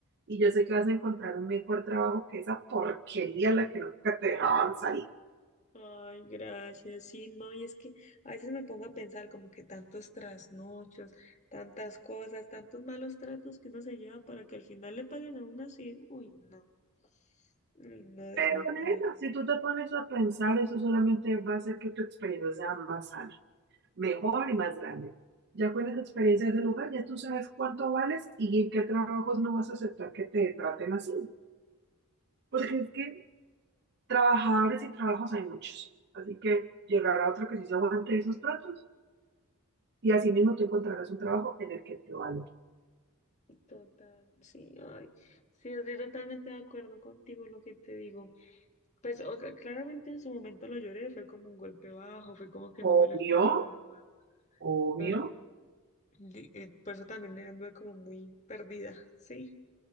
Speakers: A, on the right; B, on the left.
A: y yo sé que vas a encontrar un mejor trabajo que esa porquería en la que nunca te dejaban salir.
B: ay, gracias, sí, no, y es que a veces me pongo a pensar como que tantos trasnochos, tantas cosas, tantos malos tratos que uno se lleva para que al final le paguen a uno así, uy, no, uy, no, definitivo.
A: Pero nena, si tú te pones a pensar, eso solamente va a hacer que tu experiencia sea más sana, mejor y más grande. Ya con esa experiencia de lugar, ya tú sabes cuánto vales y en qué trabajos no vas a aceptar que te traten así. Porque es que trabajadores y trabajos hay muchos. Así que llegará otro que sí se aguante esos tratos y así mismo tú encontrarás un trabajo en el que te valore.
B: Total, sí, ay, sí, estoy totalmente de acuerdo contigo lo que te digo. Pues o sea, claramente en su momento lo lloré, fue como un golpe bajo, fue como que no
A: Obvio,
B: me lo esperaba,
A: obvio.
B: pero di- eh, por eso también anduve como muy perdida, sí,